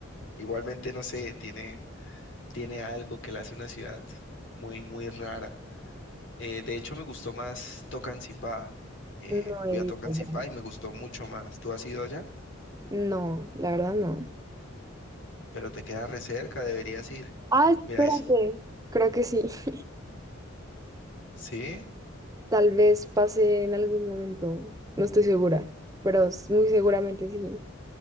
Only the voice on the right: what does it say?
No
he ido
allá.
No, la verdad no.
Ah, espérate.
Creo que sí. <laughs>
Tal vez pase en algún momento, no estoy segura, pero s- muy seguramente sí.